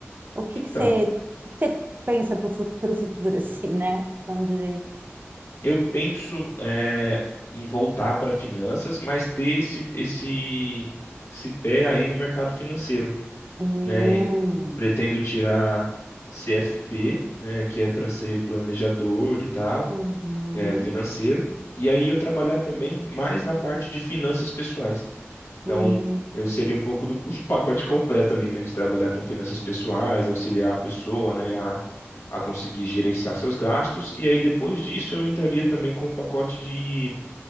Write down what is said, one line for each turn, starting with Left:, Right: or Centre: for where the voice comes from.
Right: O que
Left: Então,
Right: que você, você pensa para o futuro, <laughs> assim, né? Vamos dizer.
Left: eu penso é, em voltar para finanças, mas ter esse, esse, esse pé aí no mercado financeiro,
Right: Hum,
Left: né? Pretendo tirar CFP, né? Que é para ser planejador e tal,
Right: uhum,
Left: é, financeiro. E aí eu trabalhar também mais na parte de finanças pessoais. Então,
Right: hum.
Left: eu seria um pouco do <laughs> do pacote completo ali, né? De trabalhar com finanças pessoais, auxiliar a pessoa, né, a, a conseguir gerenciar seus gastos. E aí, depois disso, eu entraria também com um pacote de